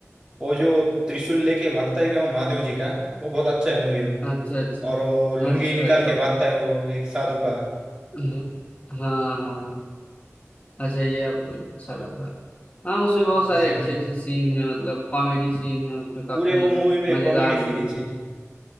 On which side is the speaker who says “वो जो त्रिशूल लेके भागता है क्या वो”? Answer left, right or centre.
Right